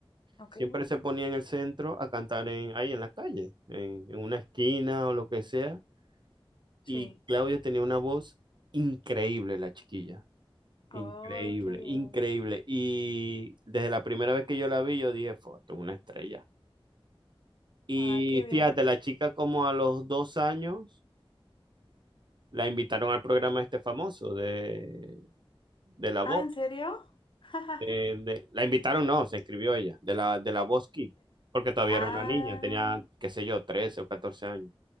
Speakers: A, on the left; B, on the right.
A: Ok,
B: Siempre se ponía en el centro a cantar en, ahí en la calle, en, en una esquina o lo que sea.
A: sí.
B: Y Claudia tenía una voz increíble, la chiquilla.
A: Ay,
B: Increíble,
A: qué bien.
B: increíble. Y desde la primera vez que yo la vi, yo dije, "Fua, esto es una estrella. Y
A: Ay, qué bien.
B: fíjate, la chica como a los dos años la invitaron al programa este famoso de, de La
A: Ah,
B: Voz.
A: ¿en serio? <laughs>
B: de- de- la invitaron, no, se inscribió ella, de la, de la Voz Kick, porque todavía
A: Ah,
B: era una niña, tenía, qué sé yo, 13 o 14 años,